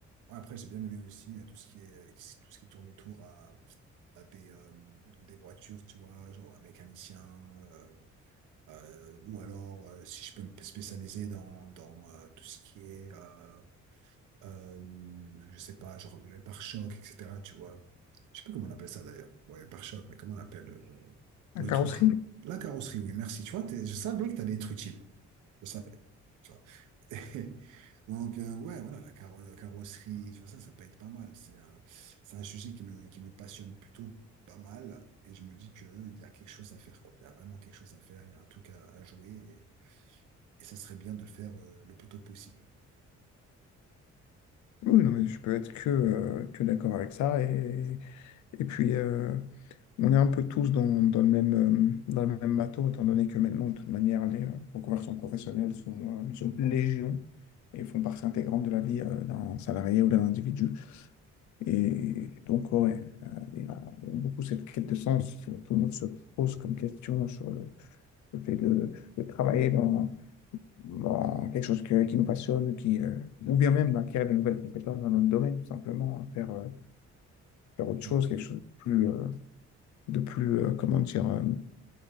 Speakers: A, on the right (about 85°); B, on the left (about 70°).
A: Après, j'ai bien aimé aussi euh, tout ce qui est, tout ce qui tourne autour à, à des, euh, des voitures, tu vois, genre un mécanicien, euh, euh, ou alors euh, si je peux me spécialiser dans, dans euh, tout ce qui est, euh, euh, je sais pas, genre les pare-chocs, etc., tu vois. Je sais plus comment on appelle ça d'ailleurs. Ouais, les pare-chocs, mais comment on appelle euh,
B: La
A: le
B: carrosserie?
A: tout? La carrosserie, oui, merci. Tu vois, t'es- je savais que t'allais être utile. Je savais. Tu vois. <laughs> Donc, euh, ouais, voilà, la caro- la carrosserie, tu vois, ça, ça peut être pas mal. C'est un, c'est un sujet qui me, qui me passionne plutôt pas mal. Et je me dis qu'il y a quelque chose à faire, quoi. Il y a vraiment quelque chose à faire, il y a un truc à, à jouer. Et, et ça serait bien de le faire euh, le plus tôt possible.
B: Oui, non, mais je peux être que, euh, que d'accord avec ça. Et, et puis, euh, on est un peu tous dans, dans le même, euh, dans le même bateau, étant donné que maintenant, de toute manière, les euh, reconversions professionnelles sont, euh, sont légion et font partie intégrante de la vie euh, d'un salarié ou d'un individu. Et
A: Mhm.
B: donc, ouais, euh, il y a beaucoup cette quête de sens. que Tout le monde se pose comme question sur le, le fait de, de travailler dans bon, quelque chose que- qui nous passionne, qui, euh, ou bien même bah, acquérir de nouvelles compétences dans notre domaine, tout simplement, faire, euh, faire autre
A: Ah,
B: chose, quelque chose de plus, euh, de plus euh, comment dire, euh,